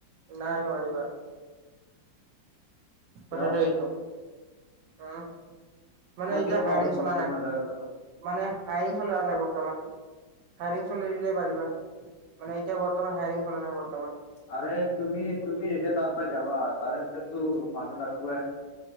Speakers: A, on the right (about 75°); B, on the left (about 75°).
A: নাই নোৱাৰিবা। পঠতে
B: কিয়
A: টো আহ। মানে
B: মই
A: এতিয়া
B: কিয় নোৱাৰো
A: হায়ৰিং
B: তুমি
A: চলা নাই
B: তোমাৰ জেগাত যাব
A: মানে হাইৰিং চল অ নাই বৰ্তমান। হাইাৰং চলিলে পাৰিবা মানে এতিয়া বৰ্তমান হাইং চল নাই বৰ্তমান।
B: আৰে তুমি তুমি এতিয়া তাৰ পৰা যাবা তাৰে পিছততো মানুহ লাগবে।